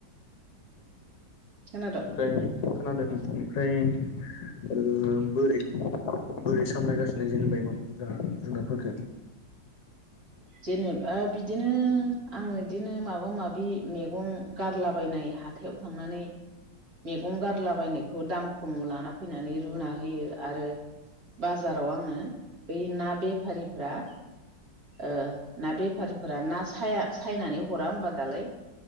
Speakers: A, on the right; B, on the left.
A: खोना दो?
B: ओमफ्राय खोनादों ओं ओमफ्राय ओ बोरि बोरि सामलायगासिनो जेनेबाय इमान बुरजा जुनारफोरखो
A: जेनेबा बिदिनो आंङो इदिनो माबा माबि मैगं गारलाबायनाय हाथ थायाव थांनानै मैगं गारलाबायनायखौ दाम खम लाना फैनानै रुना होयो आरो बाजाराव आंङो बै ना बेफारिफ्रा ओ ना बेफारिफोरा ना साया सायनानै हरा होमबा दालाय